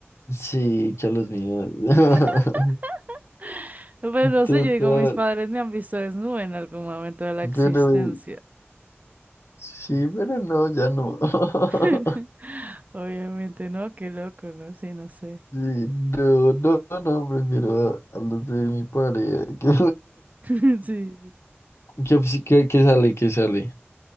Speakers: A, on the left; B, on the right.
A: Sí, que a los míos. <laughs>
B: <laughs> Pues no
A: Total.
B: sé, yo digo, mis padres me han visto desnuda en algún momento de la existencia.
A: Pero eh, sí, pero no, ya no. <laughs>
B: <laughs> Obviamente, ¿no? Qué loco, ¿no? Sí, no sé.
A: Sí, no, no, no, prefiero a, a los de mi pareja. <laughs> Qué
B: <laughs> Sí, sí.
A: ¿Qué, qué- qué sale? ¿Qué sale?